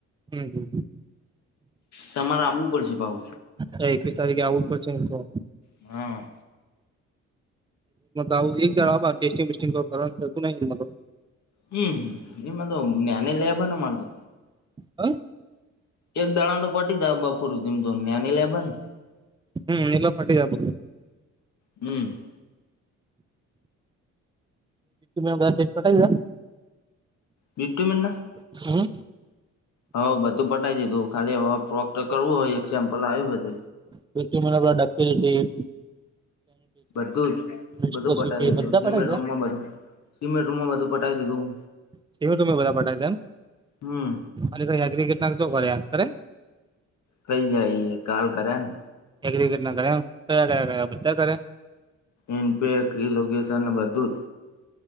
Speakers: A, on the right; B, on the left.
A: હમ
B: તમારામું બશે ભાવ
A: હ એકવીસ તારીખે આવવું જ પડશે ને તો
B: મારા
A: આવું એક જ ટેસ્ટિંગ બસ્ટિંગ કરું
B: હમ એમદ ને લેબના મળો
A: હા
B: એક દણા તો પટી જાય બપોરમ તો ના્ની લેબ ને
A: હમ એલા ફટી જબ
B: હમ
A: બી બધા ઠક પટ
B: બી ટુંમને
A: હમ
B: હઉ બધું પટી દીધું ખાલી પ્રોક્ટ કરવું હોય એક સેમ્પલ આવ્યું હત
A: પૃમને પરા ડકી
B: બધું જ
A: વિસ્કોસિટી
B: બધું પટાઈી
A: બધા
B: દીધું સિમેન્ટ
A: પટાવી
B: રૂમમાં બધું સીમેન્ટ રૂમમાં બધું પટી દીધું
A: સ તમે બધા પઠાવ દ એમ
B: હમ
A: અને ક કેટ નાો કરરે કરરે
B: પઈ જઈએ કાલ કરે ને
A: એગ્રિકટ ના કરે એમ કયા કયા કરયા બધા કરે
B: ઇનપે ક્રી લોકેશન બધું જ